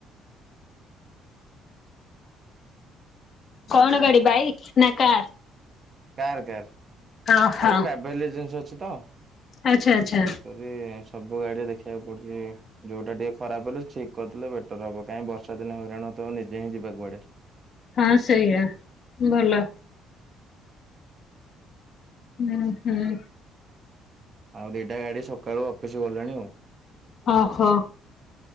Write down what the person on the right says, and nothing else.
ହଁ।
କାର୍ କାର୍
ମୋର ଟ୍ରାଭେଲ ଏଜେନ୍ସି ଅଛିତ।
ଏବେ ସବୁ ଗାଡିରେ ଦେଖିବାକୁ ପଡୁଛି। ଯୋଉଟା ଟିକେ ଖରାପ ହେଲେ ଠିକ କରିଦଲେ ବେଟର ହବ କାଇହିଁ ବର୍ଷା ଦିନ ହଇରାଣ ହଉଥିବ ନିଜେ ହିଁ ଯିବାକୁୁଡେ।
ଆଉ ଦିଟା ଗାଡି ସକାଳୁ ଅଫିସ ଗଲେଣି ଆଉ।